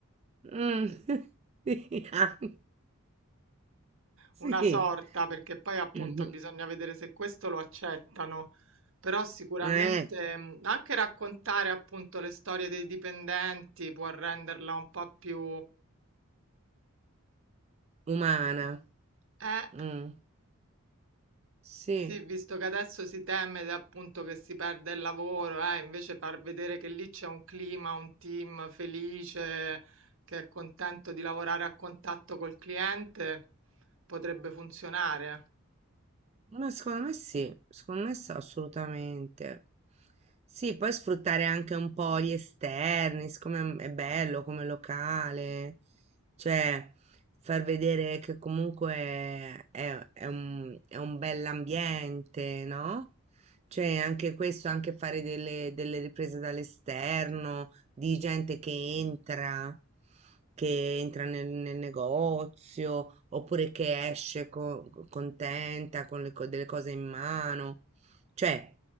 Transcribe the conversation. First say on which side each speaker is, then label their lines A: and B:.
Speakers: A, on the right; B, on the right.
A: Mm, <laughs> Sì, ah, sì.
B: Una sorta, perché poi appunto
A: Mhm.
B: bisogna vedere se questo lo accettano. Però sicuramente
A: Eh,
B: mh, anche raccontare appunto le storie dei dipendenti può renderla un po' più...
A: umana.
B: Eh.
A: Mm, Sì.
B: Sì, visto che adesso si teme appunto che si perda il lavoro, eh, invece far vedere che lì c'è un clima, un team felice, che è contento di lavorare a contatto col cliente, potrebbe funzionare. eh.
A: Ma secondo me sì, secondo me sì, assolutamente. Sì, poi sfruttare anche un po' gli esterni, siccome m- è bello come locale, cioè far vedere che comunque è, è un, è un bell'ambiente, no? Cioè anche questo, anche fare delle, delle riprese dall'esterno, di gente che entra che entra nel, nel negozio oppure che esce co- co- contenta con le co- delle cose in mano. Cioè,